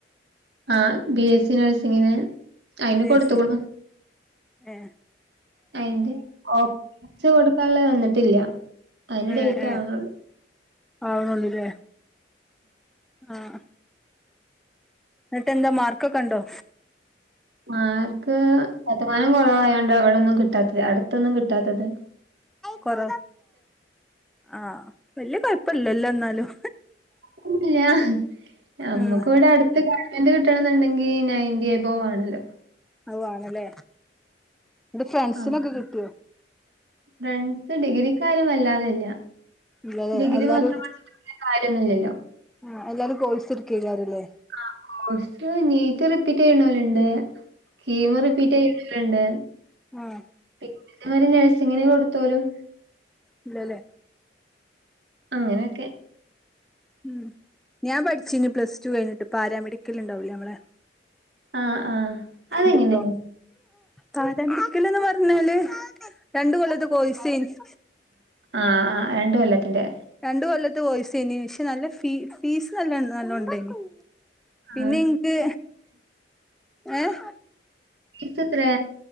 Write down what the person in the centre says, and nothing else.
നേഴ്സ്
ഏ
എ
എഹ്
ആവ്ണൊള്ളൂല്ലേ ആഹ് ന്നിട്ടെന്താ മാർക്കൊക്കെ ഇണ്ടോ?
കൊറ ആഹ് വല്യ കൊഴപ്പല്ലല്ല ന്നാലും
ഉം
അത് വാണല്ലേ ന്റെ ഫ്രണ്ട്സിനൊക്കെ
കിട്ടിയോ?
ഇല്ലല്ലേ
എല്ലാരും
ആഹ് എല്ലാരും കോയ്സ് ഇട്ക്കേക്കാല്ലാരല്ലേ
ആഹ്
ഇല്ലല്ലേ
ഉം ഞാൻ പഠിച്ചിനി പ്ലസ് ടു കഴിഞ്ഞിട്ട് പാരാമെഡിക്കൽ ഉണ്ടാവുല്ലേ നമ്മളെ
ഡിപ്ലോ പരാ മെഡിക്കല്ന്ന് പറഞ്ഞാല് രണ്ടു കൊല്ലത്തെ കോയിസേയ്നി
രണ്ട് കൊല്ലത്തെ കോയിസേനി പക്ഷെ നല്ല ഫീ ഫീസ് നല്ല നല്ല ഉണ്ടായിനി
പിന്നെ ഇൻക്ക് ഏഹ്